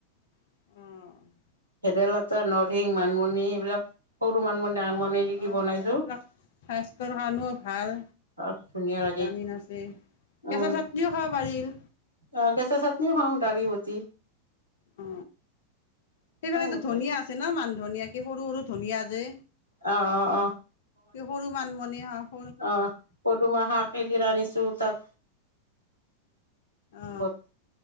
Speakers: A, on the left; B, on the right.
A: আঁহ।
B: ভেদাইলতা নৰসিংহ মানিমুনি এইবিলাক সৰু মানিমুনি ডাঙৰ মানিমুনি দি
A: অ
B: বনাইছো।
A: এইবিলাক স্বাস্থ্যৰ কাৰণেও ভাল।
B: আৰু ধুনীয়া লাগে।
A: ভিটামিন আছে
B: উম
A: কেঁচা চাটনিও খাব পাৰিল।
B: অ কচা চাটনিও খাওঁ দাৰি বটি।
A: অ সেইফালতো
B: গোটেই
A: ধুনিয়া আছে ন মানধুনিয়া কে সৰু সৰু ধুনীয়া যে?
B: অ' অ'
A: সে সৰু মানমনিয়া হ
B: আহ পদুমাহ শাক একদিন আনিছো তাত
A: অ
B: বট